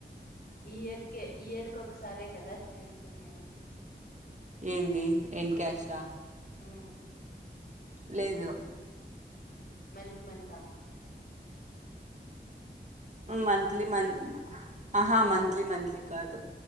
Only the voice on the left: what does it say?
ఈ ఇయర్కే ఈ ఇయర్ క ఒకసారే కదా చేసుకునేది
ఉమ్,
మంత్మంత